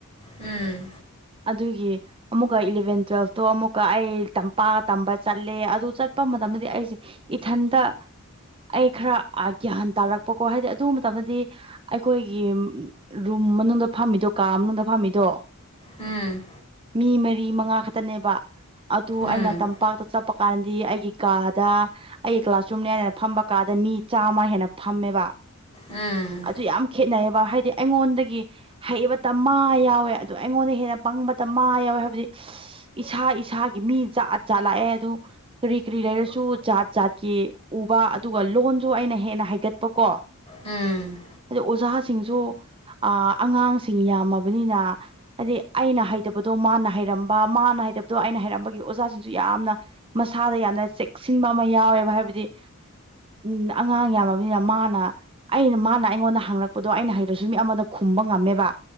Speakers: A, on the left; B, on the right.
A: ꯎꯝ
B: ꯑꯗꯨꯒꯤ ꯑꯃꯨꯛꯀ ꯏꯂꯚꯦꯟ ꯇꯨꯋꯦꯜꯐꯇꯣ ꯑꯃꯨꯛꯀ ꯑꯩꯄꯥꯛ ꯇꯝꯕ ꯆꯠꯂꯦ ꯑꯗꯨ ꯆꯠꯄ ꯃꯇꯝꯗ ꯑꯩꯁꯦ ꯏꯊꯟꯇ ꯑꯩ ꯈꯔ ꯒ꯭ꯌꯥꯟ ꯇꯥꯔꯛꯄꯀꯣ ꯍꯥꯏꯗꯤ ꯑꯗꯨ ꯃꯇꯝꯗꯗꯤ ꯑꯩꯈꯣꯏꯒꯤ ꯔꯨꯝ ꯃꯅꯨꯡꯗ ꯐꯝꯃꯤꯗꯣ ꯀꯥ ꯃꯅꯨꯡꯗ ꯐꯝꯃꯤꯗꯣ
A: ꯎꯝ
B: ꯃꯤ ꯃꯔꯤ ꯃꯉꯥ ꯈꯛꯇꯅꯦꯕ ꯑꯗꯨ
A: ꯎꯝ
B: ꯑꯩꯅ ꯇꯝꯄꯥꯛꯇ ꯆꯠꯄ ꯍꯥꯞꯄ ꯀꯥꯟꯗꯗꯤ ꯑꯩꯒꯤ ꯀꯥꯗ ꯑꯩ ꯀ꯭ꯂꯥꯁ ꯆꯨꯝꯅꯤ ꯍꯥꯏꯗꯅ ꯐꯝꯕ ꯀꯥꯗ ꯃꯤ ꯆꯥꯝꯃ ꯍꯦꯟꯅ ꯐꯝꯃꯦꯕ
A: ꯎꯝ
B: ꯑꯗꯨ ꯌꯥꯝ ꯈꯦꯠꯅꯩꯑꯕ ꯍꯥꯏꯗꯤ ꯑꯩꯉꯣꯟꯗꯒꯤ ꯍꯩꯕꯇ ꯃꯥ ꯌꯥꯎꯋꯦ ꯑꯗꯨ ꯑꯩꯉꯣꯟꯗ ꯍꯦꯟꯅ ꯄꯪꯕꯇ ꯃꯥ ꯌꯥꯎꯋꯦ ꯍꯥꯏꯕꯗꯤ ꯏꯁꯥ ꯏꯁꯥꯒꯤ ꯃꯤ ꯖꯥꯠ ꯖꯥꯠ ꯂꯥꯛꯑꯦ ꯑꯗꯨ ꯀꯔꯤ ꯀꯔꯤ ꯂꯩꯔꯁꯨ ꯖꯥꯠ ꯖꯥꯠꯀꯤ ꯎꯕ ꯑꯗꯨꯒ ꯂꯣꯟꯁꯨ ꯑꯩꯅ ꯍꯦꯟꯅ ꯍꯥꯏꯒꯠꯄ ꯀꯣ
A: ꯎꯝ
B: ꯑꯣꯖꯥꯁꯤꯡꯁꯨ ꯑ ꯑꯉꯥꯡꯁꯤꯡ ꯌꯥꯝꯃꯕꯅꯤꯅ ꯍꯥꯏꯗꯤ ꯑꯩꯅ ꯍꯩꯇꯕꯗꯣ ꯃꯥꯅ ꯍꯩꯔꯝꯕ ꯃꯥꯅ ꯍꯥꯏꯇꯕꯗꯣ ꯑꯩꯅ ꯍꯥꯏꯔꯝꯕꯒꯤ ꯑꯣꯖꯥꯁꯤꯡꯁꯨ ꯌꯥꯝꯅ ꯃꯁꯥꯗ ꯌꯥꯝꯅ ꯆꯦꯛꯁꯤꯟꯕ ꯑꯃ ꯌꯥꯎꯋꯦꯕ ꯍꯥꯏꯕꯗꯤ ꯎꯝ ꯑꯉꯥꯡ ꯌꯥꯝꯃꯕꯅꯤꯅ ꯃꯥꯅ ꯑꯩꯅ ꯃꯥꯅ ꯑꯩꯉꯣꯟꯗ ꯍꯪꯂꯛꯄꯗꯣ ꯑꯩꯅ ꯍꯩꯔꯁꯨ ꯃꯤ ꯑꯃꯗ ꯈꯨꯝꯕ ꯉꯝꯃꯦꯕ